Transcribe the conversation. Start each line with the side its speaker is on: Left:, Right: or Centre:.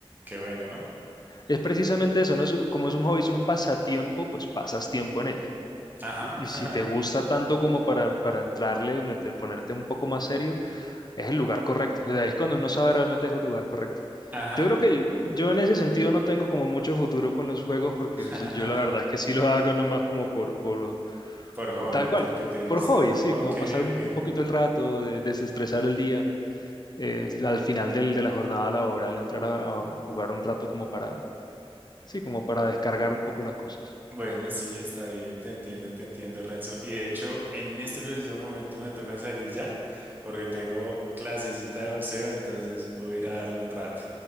Right: qué bueno, ¿no?
Left: Es precisamente eso, ¿no? Es como es un hobby, es un pasatiempo, pues pasas tiempo en él.
Right: Ajá,
Left: Y
Right: <laughs>
Left: si te gusta tanto como para, para entrarle, meter, ponerte un poco más serio, es el lugar correcto. O sea, ahí es cuando uno sabe realmente es el lugar correcto.
Right: ajá,
Left: Yo creo que yo en ese sentido no tengo como mucho futuro con los juegos porque
Right: <laughs>
Left: es- yo la verdad es que sí lo hago nomás como por, por
Right: por hobby,
Left: tal cual,
Right: porque te gusta.
Left: por hobby, sí,
Right: Ok,
Left: como pasar un,
Right: ok.
Left: un poquito el rato, de- desestresar el día, eh, al final del, de la jornada laboral, entrar a, a jugar un rato como para Sí, como para descargar un poco las cosas.
Right: Bueno, sí, está bien, te entiendo, te entiendo, Renzo. Y de hecho, en este preciso momento me toca salir ya, porque tengo clasecita de boxeo, entonces voy a ir a darle un rato.